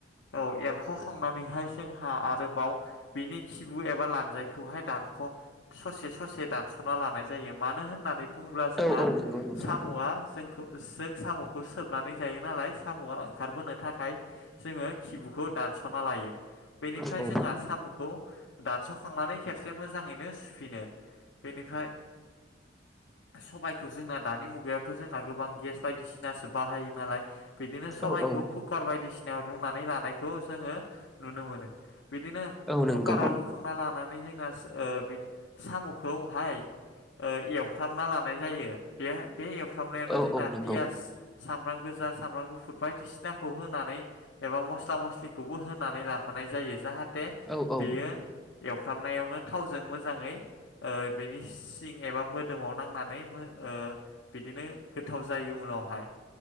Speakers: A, on the left; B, in the centre.
A: औ एरख खांनानैहाय जोंहा आरोबाव बेनि खिबु एबा लान्जायखौहाय दानख ससे ससे दानसना लानाय जायो मानो होननानै बुङोब्ला जोंना
B: औ औ नंगौ नोंथां
A: सामआ जोंखौ जों साम खौ सोबनानै जायो नालाय सामआ ओंखारबोनो थाखाय जोङो खिबुखौ दानसना लायो बेनिफ्राय
B: औ औ
A: जोंहा सामखौ दानसखांनानै खेब से मोजाङैनो सुफिनो बेनिफ्राय सबायखौ जोंना दानि मुगायावथ जोंना गोबां गेस बायदिसि नासो बाहायो नालाय बिदिनो सबाइखौ
B: औ
A: कुकार बायदिसिनायाव रुनानै लानायखौ जोङो नुनो मोनो बिदिनो
B: औ
A: कुकाराव
B: नंगौ
A: रुखांना लानानै <unintelligible> ना ओ बिदि सामखौहाय ओ एवफ्रामना लानाय जायो बे बे एवफ्रामनायावनो
B: औ
A: जोंना
B: औ नंगौ
A: पियास सामब्राम गोजा सामब्राम गुफुर बायदिसिनाखौ हो नानै एबा मस्ला मस्लिखौबो होनानै लाफानाय जायो जाहाथ थे
B: औ औ
A: बेयो एवफ्रामनायावनो थावजों मोजाङै ओ बेनि सिं एबा मोदोमाव नांनानै मो ओ बिदिनो गोथाव जायो उनावहाय